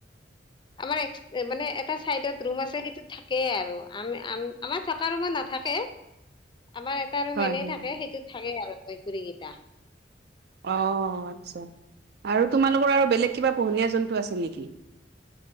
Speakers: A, on the left; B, on the right.
A: আমাৰ মানে এটা চাইডত ৰুম আছে সেইটো থাকেই আৰু। আম আমাৰ থকা ৰুমত নাথাকে আমাৰ এটা ৰুম
B: হয়
A: এনেই
B: হয়
A: থাকে সেইটোত থাকে আৰু কৈকুৰী কেইটা
B: অ আচ্ছা, আৰু তোমালোকৰ আৰু বেলেগ কিবা পোহনীয়া জন্তু আছে নেকি?